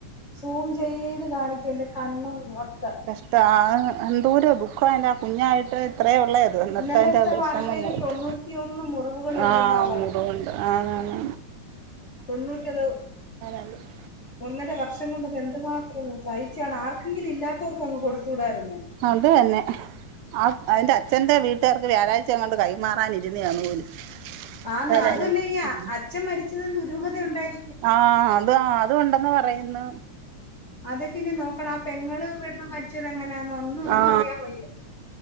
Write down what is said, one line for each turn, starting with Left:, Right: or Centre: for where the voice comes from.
Left: സൂം ചെയ്ത് കാണി എന്റെ കണ്ണോ <unintelligible>
Right: കഷ്ട ആ ങ് എന്തോര ദുഃഖയിന്റെ ആ കുഞ്ഞായിട്ട് ഇ- അത്രേ ഉള്ളത് എന്നത്ത
Left: ഇന്നലത്തെ
Right: അതിൻ് വെഷമം
Left: വാർത്തയിൽ
Right: മുഖത്ത്
Left: തൊണ്ണൂറ്റിയൊന്ന് മുറിവുകൾ ഉണ്ടെന്നാ
Right: ആ മുറിവുണ്ട് ആണ് ആണ്
Left: തൊണ്ണൂറ്റത് <unintelligible>
Right: ആലോചി
Left: ഒന്നര വർഷം കൊണ്ടത് എന്തുമാത്ര അതും സഹിച്ചാണ് ആർക്കെങ്കിലു ഇല്ലാത്തോർക്ക് ങ്ങ് കൊടുത്തുടായിരു
Right: അതന്നെ ആ അന്റെ അ അച്ഛൻ്റെ വീട്ട്കാർക്ക് വ്യാഴാഴ്ച എങ്ങാ ണ്ട് കൈമാറാനിര്ന്നതാണ് പോലും
Left: ആന്ന്
Right: ഏതായാലും
Left: അതുമല്ല ഈ
Right: ഉം
Left: അച്ഛൻ മരിച്ചത് ഉ <unintelligible>
Right: ആ അത് ആ അതുണ്ടെന്ന് പറയുന്നു
Left: അതൊക്കെ ഇനി പ്പൾ ആ പെങ്ങൾ പെണ്ണ് മരിച്ച എങ്ങനെയാന്ന ഒന്ന് ഒന്നും
Right: ആ
Left: അറിയാൻ വയ്യ